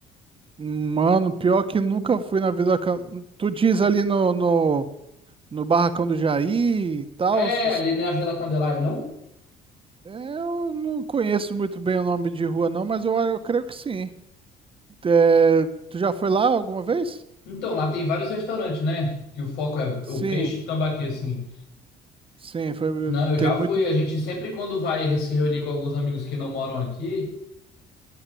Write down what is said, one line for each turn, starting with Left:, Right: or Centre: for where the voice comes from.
Right: Mano, pior que nunca fui na vida. can- Tu diz ali no, no, no Barracão do Jair e tal.
Left: É,
Right: se-
Left: ali né, a Vila Candelária, não?
Right: Eu não conheço muito bem o nome de rua, não, mas eu, eu creio que sim. É, tu já foi lá alguma vez?
Left: Então, lá tem vários restaurantes, né? Que o foco é
Right: Sim,
Left: o peixe e tambaqui, assim.
Right: sim. Foi,
Left: Não, eu já
Right: tem muito.
Left: fui. A gente sempre quando vai se reunir com alguns amigos que não moram aqui